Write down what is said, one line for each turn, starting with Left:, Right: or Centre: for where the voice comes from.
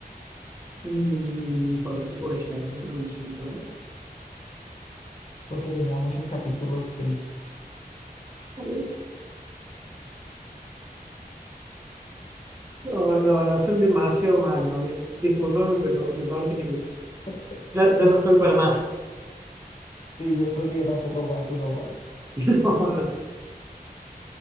Right: mm, por el tipo de ser, no lo sé, a ver.
Left: porque tenía muchos capítulos tristes.
Right: Oh, No, no, son demasiado malos. a mí. Disculpame, pero me parece que
Left: <laughs>
Right: ya, ya no estoy para más.
Left: Sí, yo creo que ya tampoco aguanto uno más.
Right: <laughs> No, no.